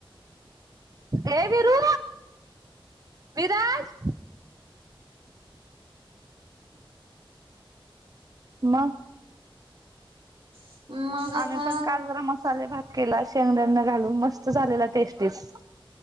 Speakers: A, on the right; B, on the right.
A: ये विरु. विराज. मग?
B: हम्म मग आता
A: आम्ही पण काल जरा मसाले भात केला शेंगदांना घालू मस्त झालेला टेस्टीस.